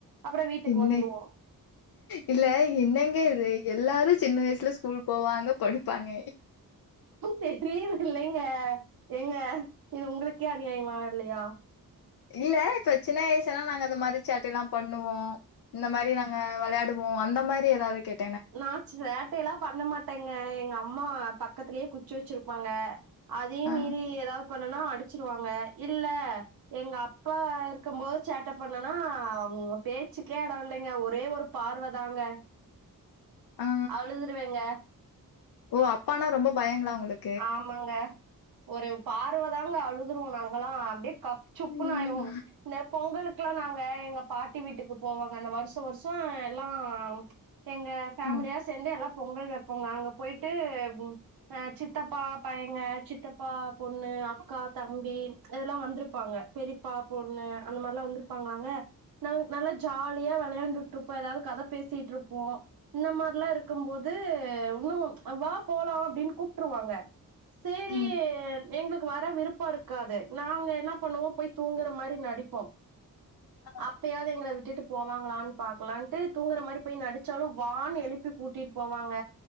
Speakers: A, on the right (about 80°); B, on the left (about 85°).
A: அப்புறோ வீட்டுக்கு
B: என்ன
A: வந்துருவோ
B: இல்ல என்னங்க இது எல்லாரு சின்ன வயசுல ஸ்கூல் போவாங்க படிப்பாங்க
A: தெரிய இல்லைங்க எங்க இது உங்களுக்கே அநியாயமா இல்லையா
B: இல்ல இப்ப சின்ன வயசானா நாங்க அந்த மாரி சேட்ட எல்லா பண்ணுவோ இந்த மாரி நாங்க வெளையாடுவோ அந்த மாரி ஏதாது கேட்
A: நா சேட்ட எல்லா பண்ண மாட்டேங்க எங்க அம்மா பக்கத்துலயே குச்சி வெச்சிருப்பாங்க அதையு
B: ஆ
A: மீறி ஏதாவு பண்ணனா அடிச்சிருவாங்க இல்ல எங்க அப்பா இருக்கும் போது சேட்ட பண்ணேனா பேச்சுக்கே எடொ இல்லைங்க ஒரே ஒரு பார்வதாங்க
B: ஆ
A: அழுதுருவேங்க
B: ஓ அப்பானா ரொம்ப பயங்களா உங்களுக்
A: ஆமாங்க ஒரு பார்வ தாங்க அழுதுருவோ நாங் கல்லா அப்டியே கப்ச்சுப்புனு
B: ம்
A: ஆயிருவோ இந்த பொங்கலு க்குல்லா நாங்க எங்க பாட்டி வீட்டுக்கு போவோங்க அந்த வருஷ வருஷ எல்லா எங்க ஃபேமிலியா
B: ம்
A: சேந்து எல்லா பொங்கல் வைப்போங்க அங்க போயிட்டு அ சித் தப்பா பையங்க சித்தப்பா பொண்ணு அக்கா தம்பி இதெல்லா வந்துருப்பாங்க பெரியப்பா பொண்ணு அந்த மாரில்லா வந்திருப்பாங்களாங்க நாங்க நல்லா ஜாலியா வெளயாண்டுட்ருப்போ எதாவ்து கத பேசிட்ருப்போ இந்த மார்லா இருக்கும்போது உன்னு வா போலா அப்டின் கூப் ட்ருவாங்க சேரி
B: ம்
A: எங்களுக்கு வர விருப்போ இருக்காது நாங்க என்ன பண்ணுவோ போய் தூங்குற மாரி நடிப்போ
B: ஆ
A: அப்பயாது எங்கள விட்டுட்டு போவாங்களான் பாக்கலான்ட்டு தூங்ற மாரி போய் நடிச்சாலு வானு எழுப்பி கூட்டி போவாங்க